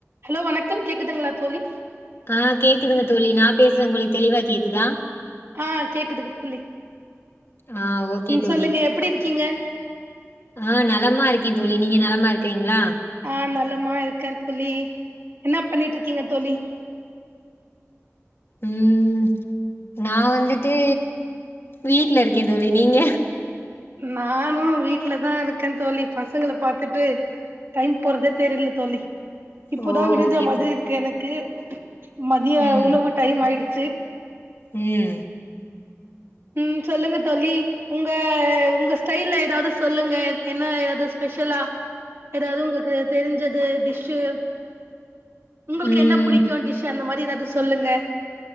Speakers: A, on the right; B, on the left.
A: Hello வணக்கம் கேக்குதுங்ளா தோழி
B: ஆஹ் கேக்குதுங்க தோழி நான் பேசுறேன் உங்களுக்கு தெளிவா கேக்குதா
A: ஆ கேக்குதுக்கு <unintelligible>
B: ஆஹ் ஓகே
A: ம்
B: தோழி
A: சொல்லுங்க எப்டி இருக்கீங்க
B: ஆஹ் நலமா இருக்கேன் தோழி நீங்க நலமா இருக்கிறீங்களா
A: ஆஹ் நல்ல நலமா இருக்கேன் தோழி என்ன பண்ணிட்டு இருக்கீங்க தோழி
B: உம் நான் வந்துட்டு வீட்டுல இருக்கேன் தோழி நீங்க
A: நானும் வீட்டுலதான் இருக்கேன் தோழி பசங்களபாத்துட்டு டைம் போறதே தெரியல தோழி இப்போதான்
B: ஓ
A: விடிஞ்சா
B: ஓகே
A: மாதிரி
B: தோ
A: இருக்கு எனக்கு மதிய
B: ம்
A: உணவு டைம் ஆயிடுச்சு சே
B: ம்
A: உம் சொல்லுங்க தோழி உங்க உங்க ஸ்டைல்ல ஏதாவது சொல்லுங்க என்ன ஏதாவது ஸ்பெஷலா ஏதாவது உங்களுக்கு தெரிஞ்சது டிஷ்ஷு உங்களுக்கு
B: ம்
A: என்ன புடிக்கும் டிஷ் அந்த மாதிரி ஏதாவது சொல்லுங்க